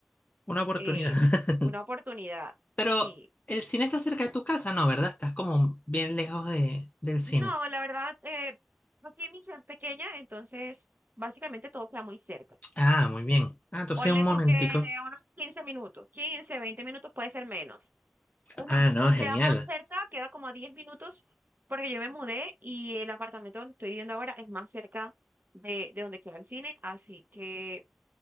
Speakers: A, on the left; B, on the right.
A: una oportunidad.
B: eh,
A: <laughs>
B: una oportunidad.
A: Pero
B: Sí.
A: el cine está cerca de tu casa, ¿no? ¿Verdad? Estás como bien lejos de, del cine.
B: No, la verdad, eh, aquí mi ciudad es pequeña, entonces básicamente todo queda muy cerca.
A: Ah, muy bien. Ah, entonces
B: Ponle
A: un momentico.
B: tú que a unos 15 minutos, 15 20 minutos puede ser menos. Es
A: Ah,
B: más,
A: no, genial.
B: queda más cerca, queda como a 10 minutos, porque yo me mudé y el apartamento donde estoy viviendo ahora es más cerca de, de donde queda el cine, así que